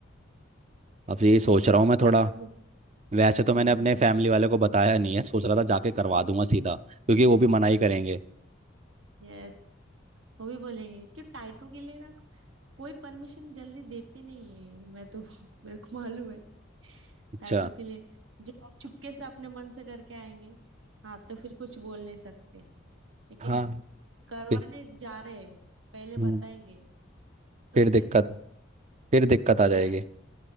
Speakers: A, on the right; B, on the right.
A: अब यही सोच रहा हूँ मैं थोड़ा
B: टाइटो को
A: वैसे तो
B: हम्म
A: मैंने अपने फैमिली वाले को बताया नहीं है सोच रहा था जाके करवा दूंगा सीधा क्योंकि वो भी मना ही करेंगे
B: यस वो भी बोलेंगे कि टाइटो के लिए ना कोई परमिशन जल्दी देते नहीं है मैं तो <laughs> मेरे को मालूम है
A: अच्छा
B: टैटू के लिए जब आप चुपके से अपने मन से करके आएंगे हाँ तो फिर कुछ बोल नहीं सकते लेकिन
A: हाँ
B: करवाने
A: फि-
B: जा रहे हैं पहले
A: हम्म,
B: बताएंगे तो
A: फिर
B: फिर
A: दिक्कत फिर दिक्कत आ
B: यस
A: जाएगी